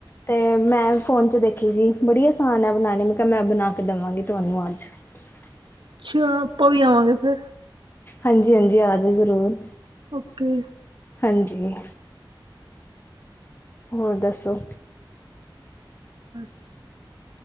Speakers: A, on the left (about 25°); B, on the right (about 75°).
A: ਤੇ ਮੈਂ ਫੋਨ ਚ ਦੇਖੀ ਸੀ ਬੜੀ ਅਸਾਨੈ ਬਨਾਣੀ ਮੈਂ ਕੇਆ ਮੈਂ ਬਨਾ ਕੇ ਦਵਾਂਗੀ ਤੂਆਨੂ ਅਜ <unintelligible>
B: ਛਾ ਆਪਾਂ ਵੀ ਆਵਾਂਗੇ ਫੇਰ
A: ਹਾਂਜੀ ਹਾਂਜੀ ਆਜੋ ਜਰੂਰ
B: ਓਕੇ
A: ਹਾਂਜੀ ਹੋਰ ਦੱਸੋ
B: ਸ